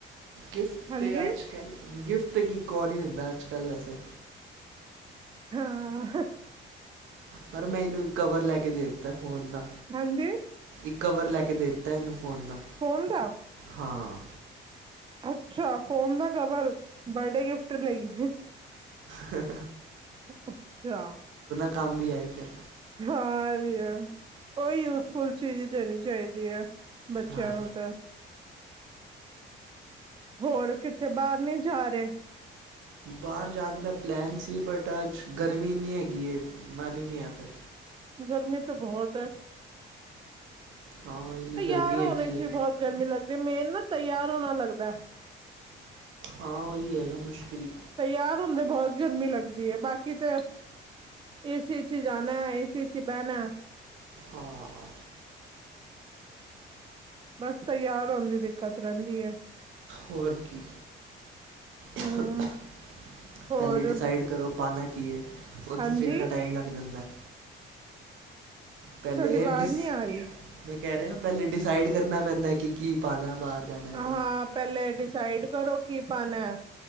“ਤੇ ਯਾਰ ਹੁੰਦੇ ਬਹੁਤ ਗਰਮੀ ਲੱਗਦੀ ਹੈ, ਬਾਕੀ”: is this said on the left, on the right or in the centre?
Right